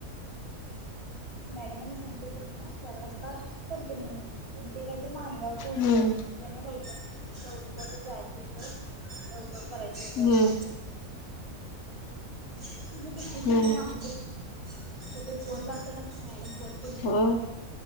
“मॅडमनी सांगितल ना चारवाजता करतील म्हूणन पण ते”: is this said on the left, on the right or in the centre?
Right